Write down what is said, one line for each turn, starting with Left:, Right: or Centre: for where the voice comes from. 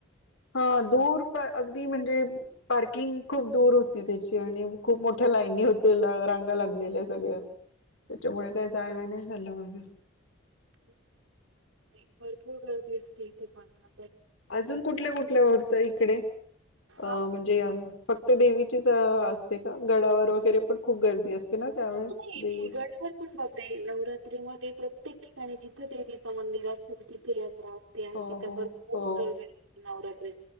Left: हा दूर प अगदी म्हणजे? पार्किंग खूप दूर होती त्याची आणि खूप मोठ्या लाईनी होती रांगा लागलेल्या सगळ्या. त्याच्यामुळे काही जायण नाही झालं माझं.
Right: नाही भरपूर गर्दी असते इथे पण हा.
Left: अजून कुठल्या कुठल्या वत आहे इकडे?
Right: आ
Left: अ म्हणजे अ फक्त देवीचीच असते का? गडावर वगैरे पण खूप गर्दी असते. ना त्यावेळेस
Right: तुला हेवी
Left: देवीची
Right: आहे घड भर. बापरे! नवरात्री मध्ये प्रत्येक ठिकाणी जिथे देवीच मंदिर असेल तिथे यात्रा असते. ते अन
Left: हो
Right: तिथं
Left: हो
Right: भरपूर
Left: हो
Right: गर्दी आह. नवरात्रीत,